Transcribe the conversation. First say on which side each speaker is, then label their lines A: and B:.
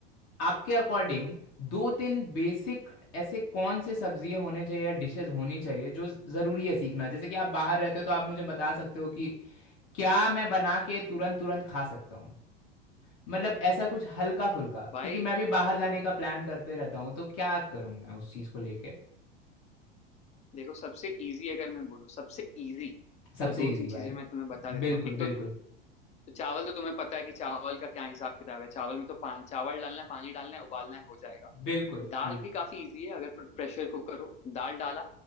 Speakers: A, on the left (about 45°); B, on the left (about 25°).
A: आपके अकॉर्डिंग दो तीन बेसिक ऐसे कौन से सब्जियां होने चाहिए या डिशेस होनी चाहिए जो ज़रूरी है सीखना जैसे कि आप बाहर रहते हो तो आप मुझे बता सकते हो कि क्या मैं बना के तुरंत तुरंत खा सकता हूँ मतलब ऐसा कुछ हल्का फुल्का
B: भाई
A: क्योंकि मैं भी बाहर जाने का प्लान करते रहता हूँ तो क्या करूँ मैं उस चीज़ को लेके
B: देखो सबसे इजी अगर मैं बोलूँ सबसे इजी
A: सबसे
B: तो दो
A: इजी
B: तीन चीजें
A: भाई
B: मैं तुम्हें बता देता
A: बिल्कुल
B: हूँ एक
A: बिल्कुल
B: तो तो चावल तो तुम्हें पता है कि चावल का क्या हिसाब किताब है चावल में तो पान चावल डालना है पानी डालना है उबालना है हो जाएगा
A: बिल्कुल
B: दाल
A: हम्म
B: भी काफी इजी है अगर प्रेशर कुकर हो दाल डाला